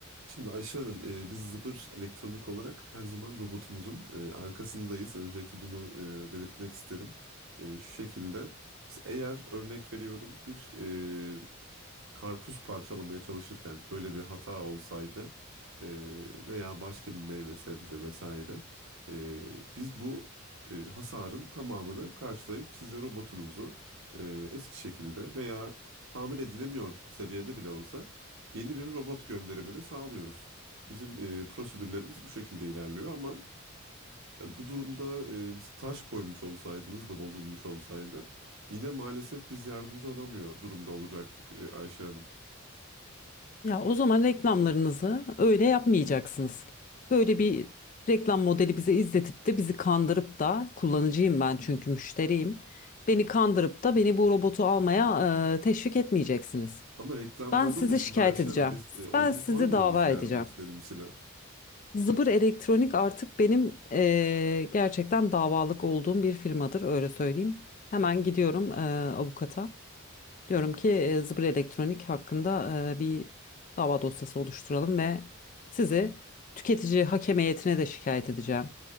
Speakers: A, on the right; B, on the left.
A: Şimdi Ayşe Hanım, e, biz Zıbır elektronik olarak her zaman robotumuzun e, arkasındayız. Öncelikle bunu e, belirtmek isterim. E, şu şekilde, biz eğer örnek veriyorum bir e, karpuz parçalamaya çalışırken böyle bir hata olsaydı e, veya başka bir meyve sebze vesaire e, biz bu e, hasarın tamamını karşılayıp size robotunuzu e, eski şekilde veya tamir edilemiyor seviyede bile olsa yeni bir robot gönderimini sağlıyoruz. Bizim e, prosedürlerimiz bu şekilde ilerliyor ama yani bu durumda e, mesela taş koymuş olsaydınız da bozulmuş olsaydı yine maalesef biz yardımcı olamıyor durumda olacaktık e, Ayşe Hanım.
B: Ya o zaman reklamlarınızı öyle yapmayacaksınız. Böyle bir reklam modeli bize izletip de bizi kandırıp da kullanıcıyım ben çünkü müşteriyim. Beni kandırıp da beni bu robotu almaya e, teşvik etmeyeceksiniz.
A: Ama reklamlarda
B: Ben sizi
A: da şimdi
B: şikayet
A: Ayşe
B: edeceğim.
A: Hanım biz e, odun
B: Ben sizi
A: koymuyoruz
B: dava
A: yani
B: edeceğim.
A: makinenin içine.
B: Zıbır Elektronik artık benim eee, gerçekten davalık olduğum bir firmadır öyle söyleyeyim. Hemen gidiyorum eee, avukata. Diyorum ki eee, Zıbır Elektronik hakkında eee, bir dava dosyası oluşturalım ve sizi tüketici hakem heyetine de şikayet edeceğim.